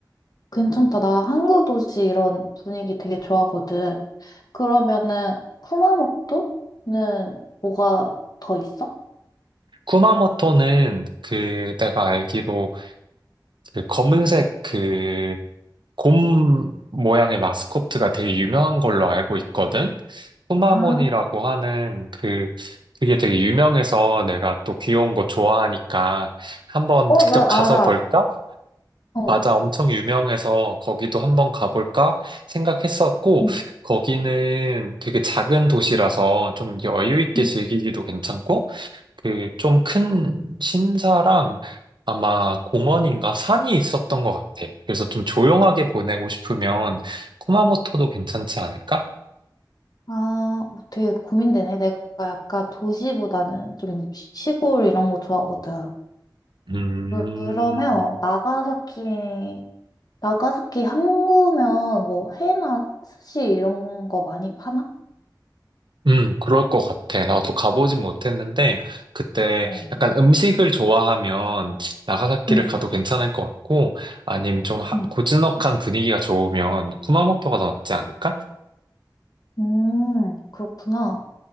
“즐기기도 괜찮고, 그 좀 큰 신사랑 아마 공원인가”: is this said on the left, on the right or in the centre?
Right